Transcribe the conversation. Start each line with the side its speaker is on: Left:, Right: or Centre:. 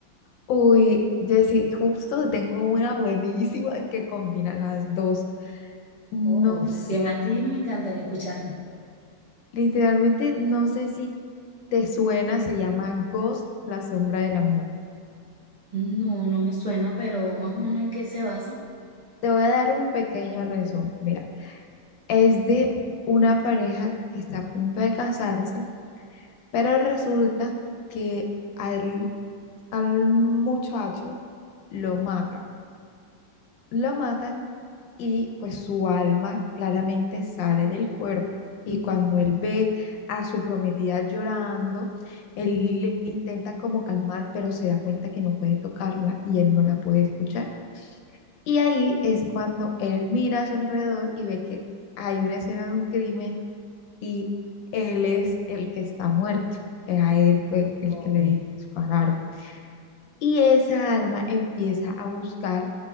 Left: Uy, Jessy, justo tengo una buenísima que combina las dos. No,
Right: Oh,
Left: s-
Right: si es así, me encantaría escucharla.
Left: literalmente no sé si te suena, se llama Ghost, la sombra del amor.
Right: No, no me suena, pero más o menos en qué se basa.
Left: Te voy a dar un pequeño resumen. Mira, es de una pareja que está a punto de casarse, pero resulta que al, al muchacho lo matan. lo matan y pues su alma claramente sale del cuerpo. Y cuando él ve a su prometida llorando, él le intenta como calmar, pero se da cuenta que no puede tocarla y él no la puede escuchar. Y ahí es cuando él mira a su alrededor y ve que hay una escena de un crimen y él es el que está muerto. Eh, A él fue el
Right: Pobre.
Left: que le dispararon. Y esa alma empieza a buscar